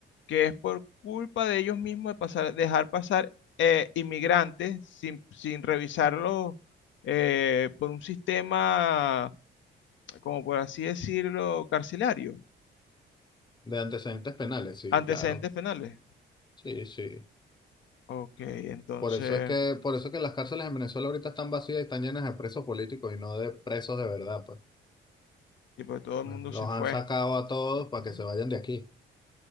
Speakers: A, on the left (about 70°); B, on the left (about 20°).
A: que es por culpa de ellos mismos de pasar, dejar pasar eh, inmigrantes sin, sin revisarlos eh, por un sistema, como por así decirlo, carcelario,
B: de antecedentes penales, sí,
A: antecedentes
B: claro,
A: penales.
B: sí, sí.
A: Ok, entonces,
B: Por eso es que, por eso es que las cárceles en Venezuela ahorita están vacías y están llenas de presos políticos y no de presos de verdad, pues.
A: tipo, todo el
B: Los
A: mundo se fue.
B: han sacado a todos
A: Ujú.
B: para que se vayan de aquí.